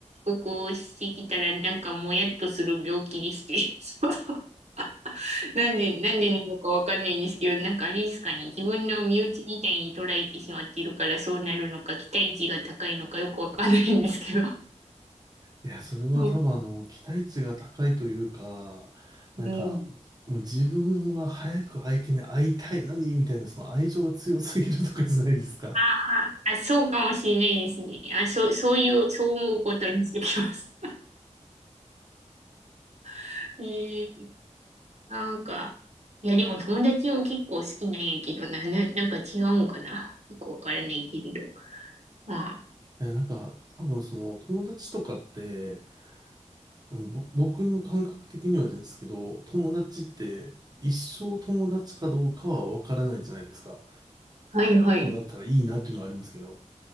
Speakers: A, on the right (about 60°); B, on the right (about 30°).
A: 遅刻をしてきたらなんかもやっとする病気でして。<laughs> そうなんで、なんでなのかわかんないんですけど、なんかあれですかね、自分の身内みたいに捉えてしまっているからそうなるのか、期待値が高いのかよくわかんないんですけど。
B: いや、それは多分あの、
A: うん。
B: 期待値が高いというか、なんか、
A: うん
B: もう自分は早く相手に会いたいのに、みたいな、その愛情が強すぎるとかじゃないですか。
A: ああ、あそうかもしれないですね。あ、そう、そういう、そう思うことにしてきます。<laughs> ええなんか、いや、でも友達も結構好きなんやけどな、な、なんか違うんかな。よくわからないけれど。まあ、
B: いや、なんか、多分その友達とかって、うんぼ僕の感覚的にはですけど、友達って一生友達かどうかはわからないじゃないですか。
A: はいはい、
B: そうだったらいいなっていうのはありますけど。